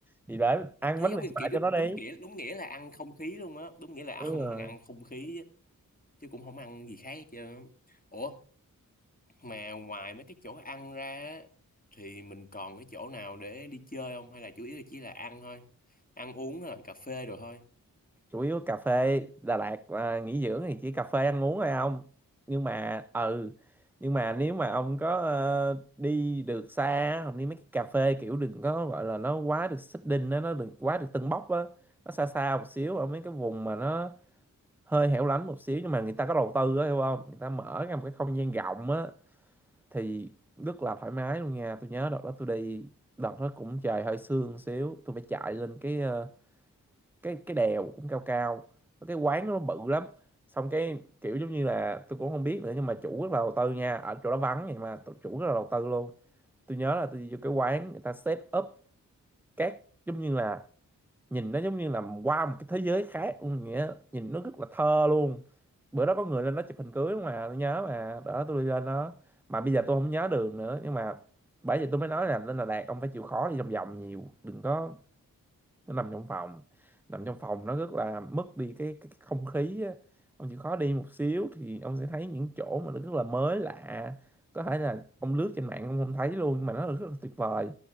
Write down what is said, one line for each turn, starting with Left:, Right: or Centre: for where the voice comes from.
Centre: thì để ăn
Left: chỉ
Centre: bánh
Left: giống
Centre: mì
Left: như
Centre: xoài
Left: kiểu đúng,
Centre: cho nó đi
Left: đúng nghĩa đúng nghĩa là ăn không khí luôn á đúng nghĩa là
Centre: đúng
Left: ông
Centre: rồi
Left: đang ăn không khí chứ chứ cũng không ăn gì khác hết trơn á. Ủa mà ngoài mấy cái chỗ ăn ra á, thì mình còn cái chỗ nào để đi chơi không? Hay là chủ yếu là chỉ là ăn thôi? Ăn uống là cà phê rồi thôi.
Centre: chủ yếu cà phê Đà Lạt à, nghỉ dưỡng thì chỉ cà phê ăn uống thôi ông nhưng mà ừ nhưng mà nếu mà ông có ờ, đi được xa không đi mấy cái cà phê kiểu đừng có gọi là nó quá được xích đinh á nó đừng quá được tưng bốc á nó xa xa một xíu ở mấy cái vùng mà nó hơi hẻo lánh một xíu nhưng mà người ta có đầu tư á hiểu không người ta mở ra một cái không gian rộng á thì rất là thoải mái luôn nha tôi nhớ đợt đó tôi đi đợt đó cũng trời hơi sương xíu tôi phải chạy lên cái ờ, cái cái đèo cũng cao cao Có cái quán đó nó bự lắm xong cái kiểu giống như là tôi cũng không biết nữa nhưng mà chủ rất là đầu tư nha ở chỗ đó vắng vậy mà chủ rất là đầu tư luôn tôi nhớ là tôi đi vô cái quán người ta set up các giống như là nhìn nó giống như là qua một cái thế giới khác luôn nghĩa nhìn nó rất là thơ luôn bữa đó có người lên đó chụp hình cưới mà tôi nhớ mà đó tôi đi lên đó mà bây giờ tôi không nhớ đường nữa nhưng mà bởi vậy tôi mới nói là lên Đà Lạt ông phải chịu khó đi vòng vòng nhiều đừng có nằm trong phòng nằm trong phòng nó rất là mất đi cái, cái, cái không khí á. ông chịu khó đi một xíu thì ông sẽ thấy những chỗ mà nó rất là mới lạ có thể là ông lướt trên mạng ông không thấy luôn nhưng mà nó rất là tuyệt vời